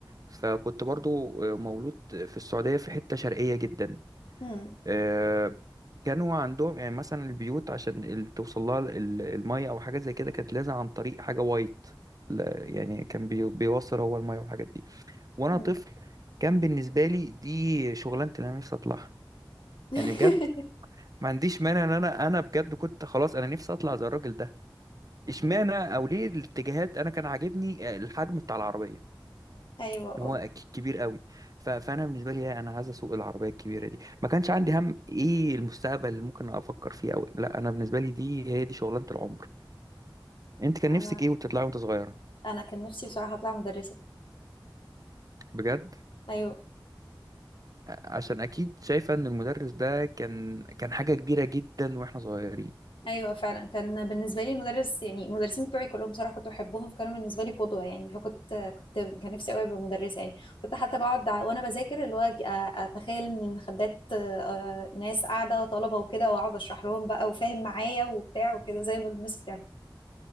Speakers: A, on the right (about 45°); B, on the left (about 85°).
A: فكنت برضو آه، مولود في السعودية في حتة شرقية جدا
B: هم.
A: آه، كانوا عندهم يعني مثلا البيوت عشان ال- توصل لها ال- المية او حاجة زي كده كانت لازم عن طريق حاجة وايت لا، يعني كان بي- بيوصل هو المية والحاجات دي وانا
B: هم.
A: طفل كان بالنسبة لي دي شغلانة اللي انا نفسي اطلعها
B: <laughs>
A: يعني بجد ما عنديش مانع ان انا انا بجد كنت خلاص انا نفسي اطلع زي الراجل ده اشمعنى او ليه الاتجاهات انا كان عاجبني آه، الحجم بتاع العربيه
B: أيوه
A: إن
B: أه
A: هو ك- كبير قوي ف- فانا بالنسبه لي لا، انا عايز اسوق العربيه الكبيره دي ما كانش عندي هم ايه المستقبل اللي ممكن افكر فيه او لا انا بالنسبه لي دي هي دي شغلانه العمر انت كان
B: أنا
A: نفسك ايه وتطلعي وانت صغيره
B: أنا كان نفسي بصراحة أطلع مدرسة
A: بجد
B: أيوه
A: ع- عشان اكيد شايفه ان المدرس ده كان كان حاجه كبيره جدا واحنا صغيرين
B: ايوه فعلا كان بالنسبه لي المدرس يعني المدرسين بتوعي كلهم بصراحه كنت بحبهم فكانوا بالنسبه لي قدوه يعني فكنت كنت كان نفسي قوي ابقى مدرسه يعني كنت حتى بقعد ع- وانا بذاكر اللي هو أج- أ- اتخيل ان المخدات آه، ناس قاعده طلبه وكده واقعد اشرح لهم بقى وفاهم معايا وبتاع وكده زي ما المس بتعمل